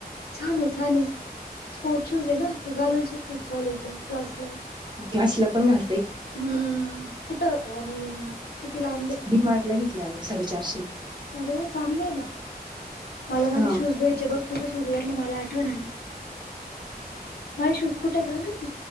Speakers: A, on the left; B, on the right.
A: छान आहे छान आहे स्पोर्ट शूज आहे ना तू घालू शकते कॉलेजला क्लासला
B: क्ला पण घा
A: हम्म कुठं आणि कितीला आणले
B: डीिमार्ट ला घेतली अगं साडेचारशे
A: अरे वा चांगलं आहे ना मला माझे
B: हा
A: शूज दध्यायचे बघ तुझ्या शूज वर मला आठवण आली माझ शूज कुठ कामती